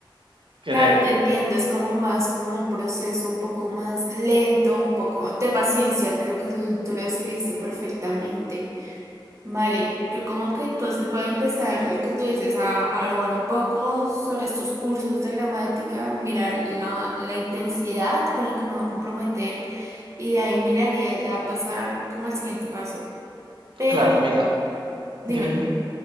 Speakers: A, on the right (about 80°); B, on the right (about 35°).
A: querer...
B: Claro, te entiendo, es como más como un proceso un poco más lento, un poco de paciencia, creo que l- tú lo describiste perfectamente. Vale, yo como que entonces voy a empezar lo que tú dices, a averiguar un poco sobre estos cursos de gramática, mirar la, la intensidad con la que me voy a comprometer y de ahí miraría ya pasar como al siguiente paso. Pero
A: Claro, mira,
B: dime,
A: dime, dime.